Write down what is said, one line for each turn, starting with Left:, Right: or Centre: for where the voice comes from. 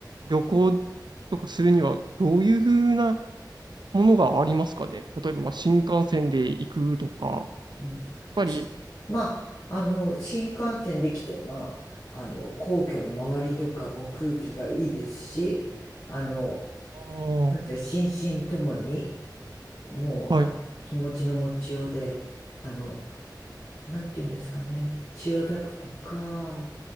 Right: 旅行とかするには、どういうふうなものがありますかね。例えば、まあ、新幹線で行くとか、やっ
Left: うんし
Right: ぱり、
Left: まあ、あの、新幹線で来て、まあ、あの、皇居の周りとかも空気がいいですし、あの、
Right: あー
Left: なんていうか心身ともに、もう、
Right: はい、
Left: あ、気持ちの持ちようで、あの、なんて言うんですかね、千代田区とか、